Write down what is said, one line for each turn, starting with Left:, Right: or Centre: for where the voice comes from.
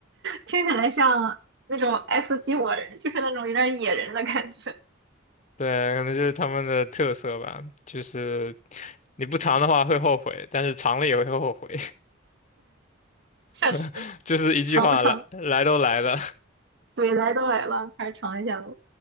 Right: 听起来像那种爱斯基摩人，就是那种有点野人的感觉，
Left: 对，可能就是他们的特色吧。就是你不尝的话会后悔，但是尝了也会后悔。
Right: 确实，
Left: <laughs> 就是一句话，
Right: 尝不尝？
Left: 来来都来了，
Right: 对，来都来了，还是尝一下吧，